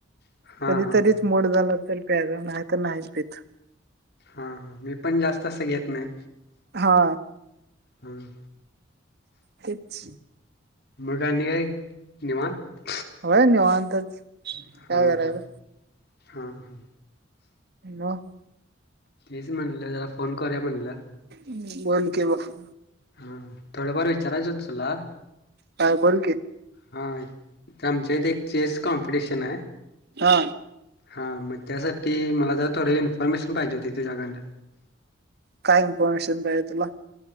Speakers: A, on the left; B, on the right.
A: हा
B: कधीतरीच
A: हा
B: मूड झाला तर प्यायच नाही तर नाहीच पित
A: हा हा मी पण जास्त असं घेत नाय
B: हा
A: हा हा
B: कच्च्य
A: मग आणि काय निवांत
B: होय निवांतच काय
A: हा
B: करायचं
A: हा हा हा
B: न
A: प्लीज म्हणलं जरा फोन करूया म्हणलं
B: हमं वर्ल्ड <inaudible>
A: हा हा थोडंफार विचारायच होत तुला
B: काय बोल की
A: हा इथ आमच्या इथे एक चेस कॉम्पिटिशन हाय
B: हा
A: हा मग त्यासाठी मला जर थोडी इन्फॉर्मेशन पाहिजे होती तुझ्याकडनं
B: काय इन्फॉर्मेशन पाहिजे तुला